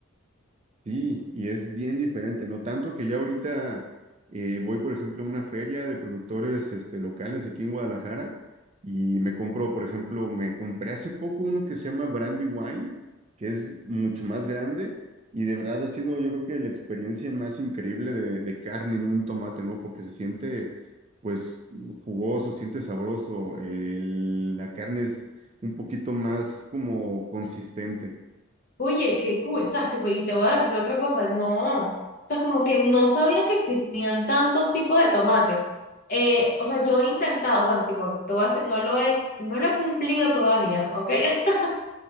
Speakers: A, on the right (about 30°); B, on the left (about 40°).
A: Sí, y es bien diferente, no tanto que ya ahorita eh, voy, por ejemplo, a una feria de productores este, locales aquí en Guadalajara y me compro, por ejemplo, me compré hace poco uno que se llama Brandy Wine, que es mucho más grande y de verdad ha sido, yo creo que la experiencia más increíble de, de carne en un tomate, ¿no? Porque se siente, pues, jugoso, siente sabroso, el- la carne es un poquito más como consistente,
B: Oye, qué cool, ¿sabes? Tipo, y te voy a decir otra cosa, no, o sea, es como que no sabía que existían tantos tipos de tomate. Eh, o sea, yo he intentado, o sea, tipo, te voy a decir, no lo he, no lo he cumplido todavía, ¿ok? <laughs>